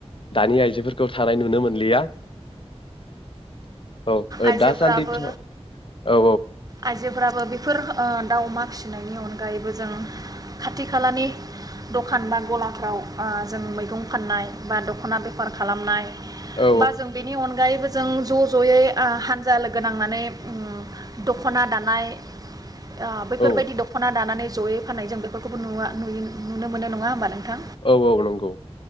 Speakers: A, on the left; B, on the right.
A: दानि आइजोफोरखौ थानाय नुनो मोनलिया। औ ओ
B: आइजोफोराबो
A: दासान्दिथ' औ औ
B: आयजोफोराबो बेफोर ओ दाउ अमा फिस फिनायनि अनगायैबो जों खाथि खालानि दखान बा गलाफ्राव ओ जों मैगं फाननाय बा दखना बेफार खालामनाय।
A: औ
B: बा जों बेनि अनगायैबो। जों ज ज यै। आ हानजा लोगो नांनानै उम दखना दानाय। आ बेफोरबायदि
A: औ
B: दखना दानानै जयै फाननाय जों बेफोरखौबो नुया नुयो नुनो मोनो नङा होमबा नोंथां।
A: औ औ नंगौ।